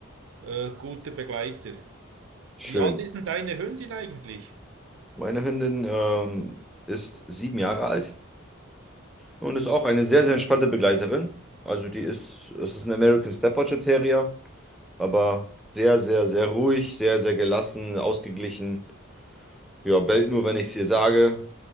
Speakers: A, on the right (about 70°); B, in the centre.
A: äh, guter Begleiter.
B: Schön.
A: Wie alt ist denn deine Hündin eigentlich?
B: Meine Hündin ähm, ist sieben Jahre alt und ist auch eine sehr, sehr entspannte Begleiterin. Also die ist, es ist ein American Staffordshire Terrier, aber sehr, sehr, sehr ruhig, sehr, sehr gelassen, ausgeglichen. Ja, bellt nur, wenn ich es ihr sage.